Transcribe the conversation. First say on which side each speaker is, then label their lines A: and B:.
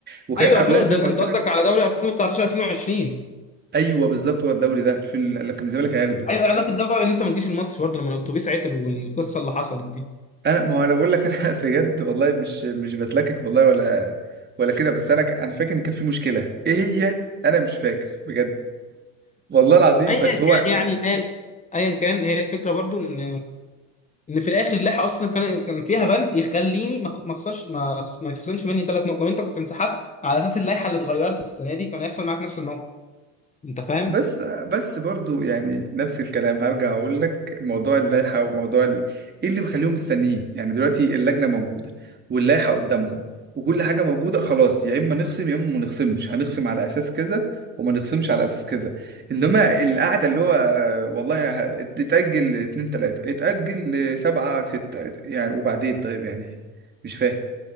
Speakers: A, on the right; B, on the left.
A: وكان
B: ايوه
A: قبلها
B: 2000
A: زي
B: ده
A: ما
B: ده
A: قلت
B: انت قصدك
A: لك
B: على دوري 2019 2020
A: ايوه بالظبط هو الدوري ده في ال- لكن الزمالك هياخده
B: ايوه علاقه ده بقى ان انت ما تجيش الماتش برضه لما الاتوبيس عطل والقصه اللي حصلت دي
A: انا ما هو انا بقول لك انا <laughs> بجد والله مش مش بتلكك والله ولا ولا كده بس انا ك- انا فاكر ان كان في مشكله ايه هي انا مش فاكر بجد والله العظيم
B: ايا
A: بس
B: كان
A: هو
B: يعني ايا ايا كان هي الفكره برضه ان ان في الاخر اللائحه اصلا كان كان فيها بند يخليني ما أخ- ما اخسرش ما أخس- ما يتخصمش مني ثلاث نقط لو انت كنت انسحبت على اساس اللائحه اللي اتغيرت السنه دي كان هيحصل معاك نفس الموقف انت فاهم
A: بس بس برضو يعني نفس الكلام هرجع اقول لك موضوع اللائحه وموضوع ال... ايه اللي بيخليهم مستنيين يعني دلوقتي اللجنه موجوده واللائحه قدامهم وكل حاجه موجوده خلاص يا اما نخصم يا اما ما نخصمش هنخصم على اساس كذا وما نخصمش على اساس كذا انما القعده اللي هو آه، والله ه- اتاجل اتنين تلاته اتاجل سبعه سته يعني وبعدين طيب يعني مش فاهم